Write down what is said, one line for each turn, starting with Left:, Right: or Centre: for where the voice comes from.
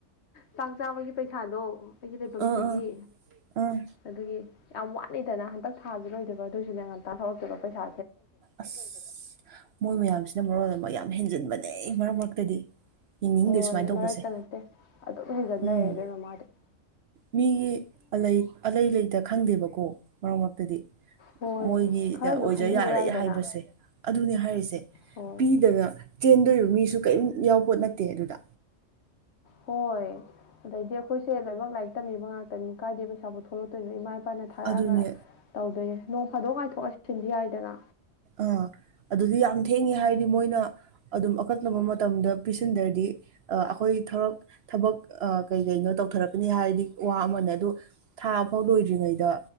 Left: ꯆꯥꯛ ꯆꯥꯕꯒꯤ ꯄꯩꯁꯥꯗꯣ ꯑꯩꯒꯤ ꯂꯩꯐꯝꯁꯤꯒꯤ
Right: ꯑꯥ ꯑꯥ ꯑꯥ
Left: ꯑꯗꯨꯒꯤ ꯌꯥꯝ ꯋꯥꯠꯂꯤꯗꯅ ꯍꯟꯇꯛ ꯊꯥꯁꯨ ꯂꯣꯏꯗꯣꯢꯕ ꯑꯗꯨꯏꯁꯨꯅꯦ ꯉꯟꯇ ꯊꯧꯔꯛꯇꯣꯢꯕ ꯄꯩꯁꯥ
Right: ꯑꯁ ꯃꯣꯏ ꯃꯌꯥꯝꯁꯤꯅ ꯃꯔꯣꯟ ꯑꯃ ꯌꯥꯝ ꯍꯦꯟꯖꯤꯟꯕꯅꯦ ꯃꯔꯛ ꯃꯔꯛꯇꯗꯤ ꯌꯦꯡꯅꯤꯡꯗꯦ
Left: ꯍꯣꯏ
Right: ꯁꯨꯃꯥꯏꯅ ꯇꯧꯕꯁꯦ
Left: ꯃꯔꯛꯇ ꯅꯠꯇꯦ ꯑꯗꯨꯝ ꯍꯩꯖꯦꯟ
Right: ꯎꯝ
Left: ꯂꯩꯔꯦ ꯢꯕꯦꯝꯃ ꯃꯥꯗꯤ
Right: ꯃꯤꯒꯤ ꯑꯂ ꯑꯂꯩ ꯂꯩꯇ ꯈꯪꯗꯦꯕꯀꯣ ꯃꯔꯛ ꯃꯔꯛꯇꯗꯤ
Left: ꯍꯣꯏ
Right: ꯃꯣꯏꯒꯤꯗ
Left: ꯈꯔꯁꯨ
Right: ꯑꯣꯏꯖ
Left: ꯈꯟꯕꯤꯕ
Right: ꯌꯥꯔꯦ
Left: ꯌꯥꯏꯗꯅ
Right: ꯍꯥꯏꯕꯁꯦ ꯑꯗꯨꯅꯦ ꯍꯥꯏꯔꯤꯁꯦ
Left: ꯍꯣꯏ
Right: ꯄꯤꯗꯅ ꯆꯦꯟꯗꯣꯏꯕ ꯃꯤꯁꯨ ꯀꯔꯤꯝ ꯌꯥꯎꯄꯣꯠ ꯅꯠꯇꯦ ꯑꯗꯨꯗ
Left: ꯍꯣꯏ ꯑꯗꯒꯤ ꯑꯈꯣꯏꯁꯦ ꯂꯣꯏꯃꯛ ꯂꯥꯏꯔꯤꯛ ꯇꯝꯃꯤꯕ ꯉꯥꯛꯇꯅꯤ ꯀꯥꯏꯗꯩ ꯄꯩꯁꯥꯕꯨ ꯊꯣꯛꯂꯛꯇꯣꯏꯅꯣ ꯏꯃꯥ ꯄꯅ ꯊꯥꯔꯛꯑꯒ
Right: ꯑꯗꯨꯅꯦ
Left: ꯇꯧꯗꯣꯏꯅꯦ ꯅꯣꯡ ꯐꯥꯗꯣꯛ ꯉꯥꯏꯊꯣꯛ ꯉꯥꯢꯁꯤꯟꯗꯤ ꯌꯥꯏꯗꯅ
Right: ꯑ ꯑꯗꯨꯗꯤ ꯌꯥꯝ ꯊꯦꯡꯉꯦ ꯍꯥꯏꯔꯗꯤ ꯃꯣꯏꯅ
Left: ꯑꯗꯨ
Right: ꯑꯗꯨꯝ ꯑꯀꯛꯅꯕ ꯃꯇꯝꯗ ꯄꯤꯁꯤꯟꯗ꯭ꯔꯗꯤ ꯑ ꯑꯈꯣꯏ ꯊꯕꯛ ꯊꯕꯛ ꯑ ꯀꯩ ꯀꯩꯅꯣ ꯇꯧꯊꯔꯛꯀꯅꯤ ꯍꯥꯏꯔꯗꯤ ꯋꯥ ꯑꯃꯅꯦ ꯑꯗꯨ ꯊꯥꯐꯧ ꯂꯣꯏꯗ꯭ꯔꯤꯉꯩ ꯉꯩꯗ